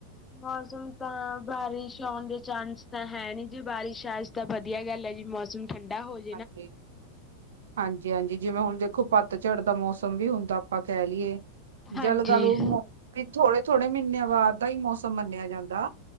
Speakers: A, on the left; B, on the right.
A: ਮੌਸਮ ਤਾਂ ਬਾਰਿਸ਼ ਆਉਣ ਦੇ ਚਾਂਨਸ ਤਾਂ ਹੈ ਨੀ ਜੀ, ਬਾਰਿਸ਼ ਆ ਈ। ਤਾਂ ਵਧੀਆ ਗੱਲ ਹੈ ਜੀ, ਮੌਸਮ ਠੰਡਾ ਹੋ ਜੂ।
B: ਹਾਂਜੀ। ਹਾਂਜੀ-ਹਾਂਜੀ ਜਿਵੇਂ ਹੁਣ ਦੇਖੋ, ਪੱਤਝੜ ਦਾ ਮੌਸਮ ਵੀ ਹੁੰਦਾ ਆਪਾਂ ਕਹਿ ਲਈਏ।
A: ਹਾਂਜੀ
B: ਜਾ ਲੱਗਾ ਵੀ ਥੋੜੇ-ਥੋੜੇ ਮਹੀਨਿਆਂ ਬਾਅਦ ਦਾ ਹੀ ਮੌਸਮ ਮੰਨਿਆ ਜਾਂਦਾ।